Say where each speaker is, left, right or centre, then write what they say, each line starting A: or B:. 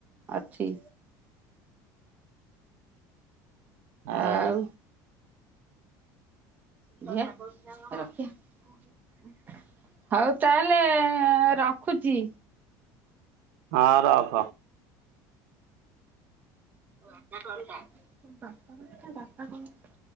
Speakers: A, on the right; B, on the right.
A: ଅଛି।
B: ହଉ
A: ଆଉ। <unintelligible> ହଉ ତାହେଲେ ରଖୁଛି।
B: ହଁ ରଖ।
A: ବାପା କଥା <inaudible>